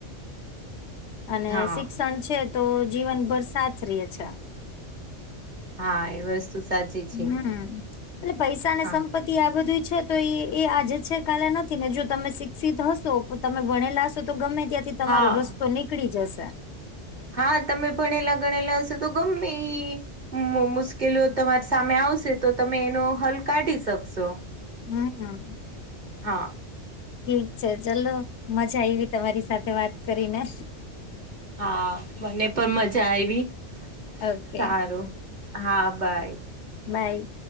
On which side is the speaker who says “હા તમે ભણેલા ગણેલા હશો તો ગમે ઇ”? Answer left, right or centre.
Right